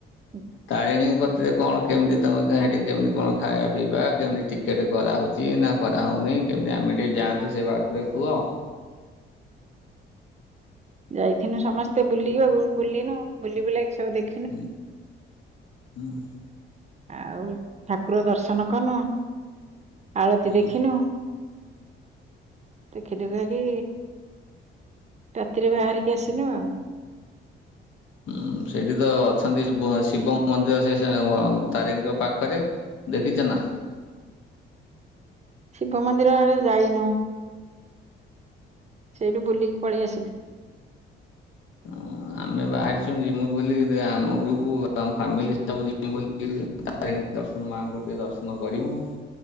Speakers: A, on the right; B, on the left.
A: ହୁଁ
B: ତାରିଣୀ କତିରେ କଣ କେମିତି ତମେ ସେଠି କେମିତି କଣ ଖାଇବା ପିଇବା କେମିତି ଟି କେଟ୍ କରାହୋଉଚି ନା କରାହେଉନି କେମିତି ଆମେ ଟିକେ ଯାଆନ୍ତୁ ସେ ବାତରେ କୁହ?
A: ଯାଇଥିନୁ ସମସ୍ତେ ବୁଲିବାକୁ ବୁଲିିନୁ ବୁଲି ବୁଲାକି ସବୁ ଦେଖ
B: <inaudible>
A: ଆଉ ଠାକୁର ଦର୍ଶନ କନୁ ଆଳତି
B: ହୁଁ
A: ଦେଖିନୁ। ଦେଖି ଦୁଖା କି ରାତିରେ ବାହାରିକି ଆସିନୁ ଆଉ।
B: ହୁଁ ସେଠି ତ ଅଛନ୍ତି ବ ଶିବ ମନ୍ଦିର ସେ ତାରିଣୀଙ୍କ ପାଖରେ। ଦେଖିଚ ନା।
A: ଶିବ ମନ୍ଦିର ଆଡେ ଯାଇନଉ। ସେଇଠୁ ବୁଲିକି ପଳେଇ ଆସିଲୁ।
B: ହଁ ଆମେ ବାହାରିଛୁ ଯିମୁ ବୋଲି ଆମ ଗ୍ରୁପ ଆମ ଫାମିଲି ସବୁ ଯି ମୁଁ ବୋଲି ତା ନି ଦର୍ଶନ ମାଙ୍କୁ ଟିକେ ଦର୍ଶନ କରିବୁ।